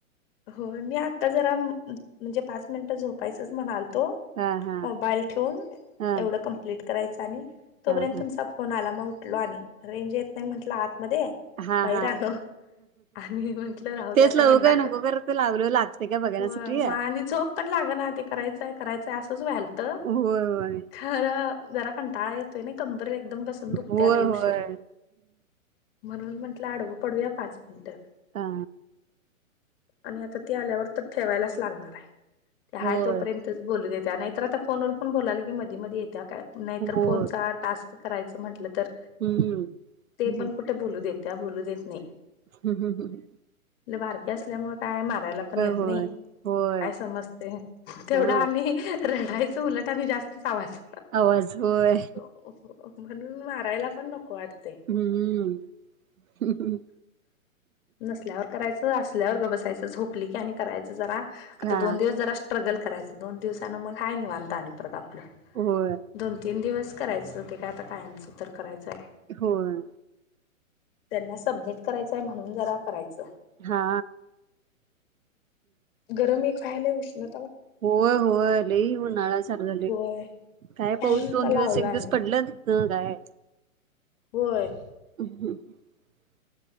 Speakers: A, on the left; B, on the right.
A: हो मी आता जरा म्हणजे पाच मिनिट झोपायचंच म्हणाल तो
B: हा हा
A: बाईल ठेवून
B: हा
A: एवढं कमप्लीट करायचं आणि तोपर्यंत
B: हा हा
A: तुमचा फोन आला मग उठलो आणि रेंज नाही म्हटलं आ मध्ये
B: हा
A: बाहिर
B: हा
A: आलो आम्ही म्हंटलं राहू द्या
B: तेच
A: आता
B: लावू
A: हेना
B: काय
A: क
B: नको खरं ते लावलं लागतंय का बघण्यासाठी
A: हो
B: होय
A: आणि झोप पण लाग ना ते करायचंय करायचंय अस वलत
B: होय
A: खर जरा कंटाळा येतोय ना कंबर एकदम बसून दुखते
B: होय
A: आले उशीर
B: होय
A: म्हणून म्हटलं आडव पडूया पाच मिनटं
B: हा
A: आणि आता तेी आल्यावर तर ठेवायलाच लागणार आहे ते
B: होय
A: हाय तोपर्यंतच बोलू दे त्या नाहीतर आता फोनवर पण बोला की मी मध्ये येत काय नाहीतर
B: होय
A: फोनचा टास्क करायच म्हटलं तर
B: हम्म हम्म
A: ते पण कुठे बोलू देत त्या बोलू देत नाही
B: हम् हम ह
A: बारक्या असल्यामुळे काय मारायला पण येत
B: होय
A: नाही
B: होय
A: काय समजते तेवढं
B: हा
A: आणि रढायचं उलट आणि जास्तच आवाज
B: आवाज होय
A: म्हणून मारायला पण नको वाटते.
B: हम्म
A: नसल्यावर करायचं. असल्यावर गप बसायचं झोपली की आणि करायचं जरा. आता
B: का
A: दोन दिवस जरा स्ट्रगल करायचं दोन दिवसान मगा हाय निवांत आणि परत आपलं
B: होय
A: दोन तीन दिवस करायचं ते काय आता कायचं तर करायचं आहे.
B: होय
A: त्यांना सबमिट करायचंय म्हणून जरा करायचं.
B: हा
A: गरम एक खायले उष्ण
B: होय होय लई उन्हाळा चालू झाले
A: होय
B: काय
A: फॅन
B: पाऊस दोन
A: तर
B: दिवस
A: लावला
B: एक दिवस
A: आणि
B: पडलंत ह काय.
A: होय.
B: <inaudible>